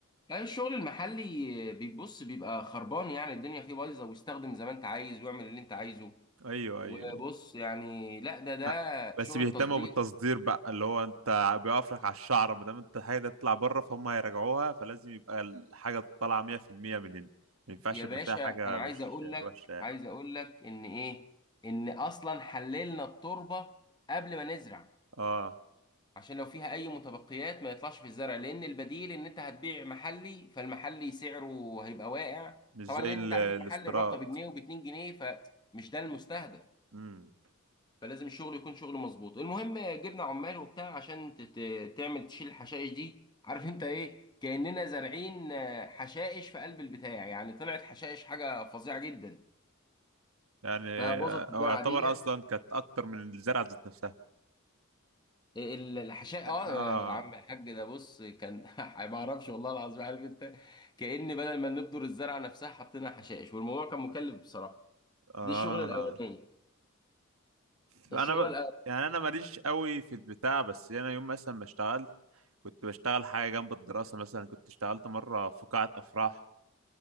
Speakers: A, on the left; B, on the right.
A: لا، الشغل المحلي آه، بيبص بيبقى خربان يعني الدنيا فيه بايظه ويستخدم زي ما انت عايز ويعمل اللي انت عايزه
B: ايوه
A: وبص
B: ايوه أيوه.
A: يعني لا ده ده
B: آه. بس
A: شغل
B: بيهتموا
A: التصدير
B: بالتصدير بقى اللي هو انت بيقف لك على الشعر ما دام انت حاجه تطلع بره فهم هيراجعوها فلازم يبقى الحاجه طالعه 100% من هنا ما ينفعش
A: يا
B: يبقى
A: باشا
B: فيها حاجه
A: انا عايز
B: مش
A: اقول لك
B: وحشه يعني
A: عايز اقول لك ان ايه ان اصلا حللنا التربه قبل ما نزرع
B: اه
A: عشان لو فيها اي متبقيات ما يطلعش في الزرع لان البديل ان انت هتبيع محلي فالمحلي سعره هيبقى واقع
B: مش
A: طبعا
B: زي
A: لان
B: ال-
A: انت
B: الاستيراد
A: عارف المحل الرابطه بجنيه وباتنين جنيه فمش ده المستهدف
B: امم
A: فلازم الشغل يكون شغل مظبوط المهم جبنا عمال وبتاع عشان تت- تعمل تشيل الحشائش دي <laughs> عارف انت ايه كاننا زارعين آه، حشائش في قلب البتاع يعني طلعت حشائش حاجه فظيعه جدا
B: يعني
A: فبوظت الزرعه
B: او يعتبر
A: دي
B: اصلا كانت اكتر من الزرعه ذات نفسها
A: ال- الحشاء اه
B: اه
A: يا عم الحاج ده بص كان <laughs> ما اعرفش والله العظيم عارف انت كأن بدل ما نبذر الزرعه نفسها حطينا حشائش والموضوع كان مكلف بصراحه
B: اه
A: دي الشغله الاولانيه
B: فانا
A: الشغله
B: ب...
A: الاولانيه
B: يعني انا ماليش قوي في البتاع بس انا يوم مثلا ما اشتغلت كنت بشتغل حاجه جنب الدراسه مثلا كنت اشتغلت مره في قاعه افراح